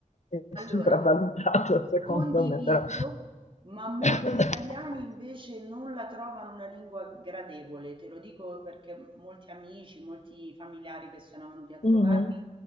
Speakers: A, on the left; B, on the right.
A: che è sopravvalutato,
B: Allora,
A: <laughs> secondo
B: condivido,
A: me, però.
B: ma molti
A: <coughs>
B: italiani invece non la trovano una lingua gradevole, te lo dico perché m- molti amici, molti familiari che sono venuti a trovarmi
A: Mhm.